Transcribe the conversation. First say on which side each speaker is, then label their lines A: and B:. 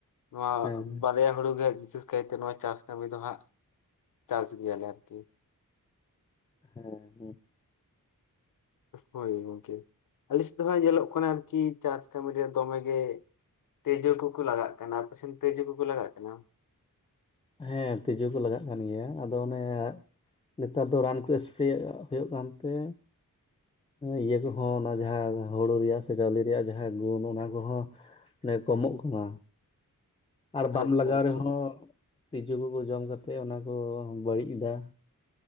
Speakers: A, on the left; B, on the left.
A: ᱱᱚᱣᱟ
B: ᱦᱮᱸ
A: ᱵᱟᱨᱭᱟ ᱦᱩᱲᱩ ᱜᱮ ᱵᱤᱥᱮᱥ ᱠᱟᱭᱛᱮ ᱱᱚᱣᱟ ᱪᱟᱥ ᱠᱟᱹᱢᱤ ᱫᱚ ᱦᱟᱸᱜ ᱪᱟᱥ ᱜᱮᱭᱟᱞᱮ ᱟᱨᱠᱤ
B: ᱦᱮᱸ ᱦᱮᱸ
A: ᱦᱳᱭ ᱜᱚᱝᱠᱮ ᱟᱞᱮ ᱥᱮᱫ ᱫᱚ ᱦᱟᱸᱜ ᱧᱮᱞᱚᱜ ᱠᱟᱱᱟ ᱟᱨᱠᱤ ᱪᱟᱥ ᱠᱟᱹᱢᱤ ᱨᱮ ᱫᱚᱢᱮ ᱜᱮ ᱛᱤᱡᱳ ᱠᱩ ᱠᱩ ᱞᱟᱜᱟᱜ ᱠᱟᱱᱟ ᱟᱯᱮᱥᱮᱱ ᱛᱮᱡᱳ ᱠᱚᱠᱚ ᱞᱟᱜᱟᱜ ᱠᱟᱱᱟ?
B: ᱦᱮᱸ ᱛᱤᱡᱩ ᱠᱚ ᱞᱟᱜᱟᱜ ᱠᱟᱱ ᱜᱮᱭᱟ ᱟᱫᱚ ᱚᱱᱮ ᱱᱮᱛᱟᱨ ᱫᱚ ᱨᱟᱱ ᱠᱚ ᱞᱮ ᱮᱥᱯᱨᱮ ᱦᱩᱭᱩᱜ ᱠᱟᱱ ᱛᱮ ᱤᱭᱟᱹ ᱠᱚᱸᱦᱚ ᱚᱱᱟ ᱡᱟᱦᱟᱸ ᱦᱩᱲᱩ ᱨᱮᱭᱟᱜ ᱥᱮ ᱪᱟᱣᱞᱮ ᱨᱮᱭᱟᱜ ᱡᱟᱦᱟᱸ ᱜᱩᱱ ᱚᱱᱟ ᱠᱚᱸᱦᱚ ᱢᱟᱱᱮ ᱠᱚᱢᱚᱜ ᱠᱟᱱᱟ ᱟᱨ
A: ᱟᱪᱪᱷᱟ
B: ᱵᱟᱢ ᱞᱟᱜᱟᱣ
A: ᱟᱪᱪᱷᱟ
B: ᱨᱮᱸᱦᱚ ᱛᱤᱡᱩ ᱠᱚᱠᱚ ᱡᱚᱢ ᱠᱛᱮᱫ ᱚᱱᱟ ᱠᱚ ᱵᱟᱹᱲᱤᱡ ᱫᱟ